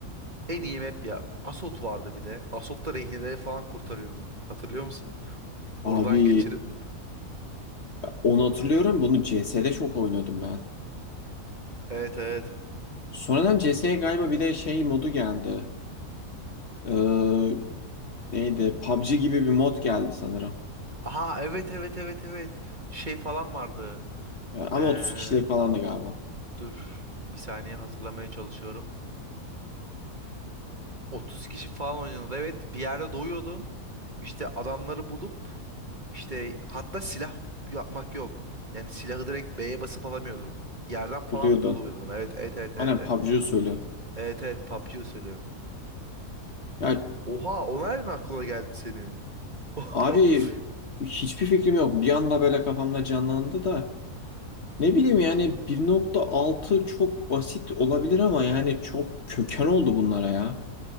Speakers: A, on the right; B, on the left.
A: en iyi map ya. Assault vardı bir de. Assault'ta rehineleri falan kurtarıyordun. Hatırlıyor musun? Buradan
B: Abi
A: geçirip
B: onu hatırlıyorum bunu CS'de çok oynuyordum ben.
A: <laughs> Evet evet.
B: Sonradan CS'ye galiba bir de şey modu geldi. Ee, neydi? PUBG gibi bir mod geldi sanırım.
A: Aha evet evet evet evet. Şey falan vardı.
B: Ya, Ama
A: Ee,
B: 30 kişilik falan da galiba.
A: dur bir saniye hatırlamaya çalışıyorum. 30 kişi falan oynuyordu. Evet bir yerde doyuyordun. İşte adamları bulup işte hatta silah yapmak yok. Yani silahı direkt B'ye basıp alamıyordun. Yerden falan
B: Buluyordun.
A: buluyordun. Evet evet evet
B: Aynen
A: evet evet.
B: PUBG usulü.
A: Evet evet PUBG söylüyor.
B: Ya
A: Oha o nereden aklına geldi senin? <laughs>
B: abi hiçbir fikrim yok. Bir anda böyle kafamda canlandı da. Ne bileyim yani 1.6 çok basit olabilir ama yani çok köken oldu bunlara ya.